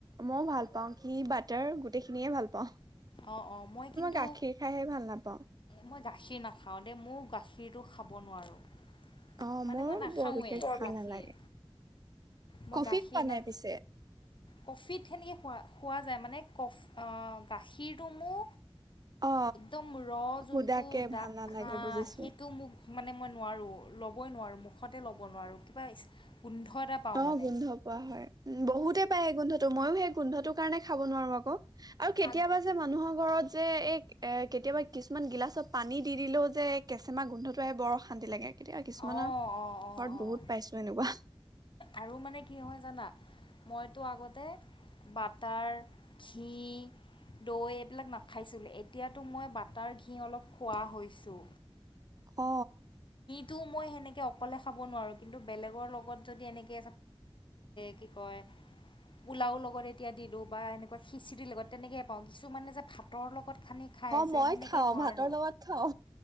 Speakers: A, on the right; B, on the left.
A: মইও ভাল পাওঁ ঘি বাটাৰ গোটে। গোটেইখিয়ে ভাল পাওঁ।
B: অ -অ মই কিন্তু
A: গাখীৰ খাইহে ভাল নাপাওঁ
B: মই গাখীৰ নাখাও দেই মোৰ গাখীৰ। কগাখীৰটো খাব নোৱাৰোঁ।
A: অ
B: মানে
A: মোৰ
B: মই নাখাওৱে
A: বৰ বিশেষ ভাল
B: গাখীৰ
A: নালাগে
B: মই
A: কফি
B: গাখীৰ
A: খোৱা নাই
B: না
A: পিছে
B: কফিত সেনেকে খোৱা খোৱা যায় মানে কফি গাখীৰ। গাখীৰটো মোৰ।
A: অ
B: একদম ৰ যোনটো
A: সুদাকে
B: দা
A: ভাল নালাগে
B: হা
A: বুজিছো
B: সেইটো মোক মানে মই নোৱাৰো। ল'বই নোৱাৰো মুখতে ল'ব নোৱাৰো কিবা গোন্ধ এটা পাওঁ
A: অ
B: মানে
A: 'গোন্ধ পোৱা হয় বহুতে পাই সেই গোন্ধটো মই সেই গোন্ধটোোক। কাৰণে খাব নোৱাৰোঁ আকৌ আৰু কেতিয়াবা
B: আগ
A: যে মানুহৰ ঘৰত যে। যে এই এ কেতিয়াবা কিছুমান গিলাচত পানী দি দিলেও যে কেঁচেমা গোন্ধটো আহে বৰ অশান্তি লাগে। কেতিয়া কিছুমানৰ।
B: অঁ অঁ অঁ
A: ঘৰত
B: অঁ
A: বহুত পাইছো এনেকুৱা
B: আৰু মানে কি হয় জানা মইতো আগতে বাটাৰ ঘি দৈ এইবিলাক নাখাইছিলোঁ এতিয়াতো মই বাটাৰ ঘি অলপ খোৱা হৈছোঁ
A: অ
B: তু মই সেনেকৈ অকলে খাব নোৱাৰোঁ কিন্তু বেলেগৰ লগত যদি এনেকৈ কি কয় পোলাও লগত এতিয়া দিলোঁ বা এনেকুৱা খিচিৰি লগত তেনেকৈ পাওঁ কিছুমানে যে ভাতৰ লগত সানি খাই
A: অ মই
B: যে সেনেকৈ
A: খাও
B: নোৱাৰোঁ
A: ভাতৰ লগত খাও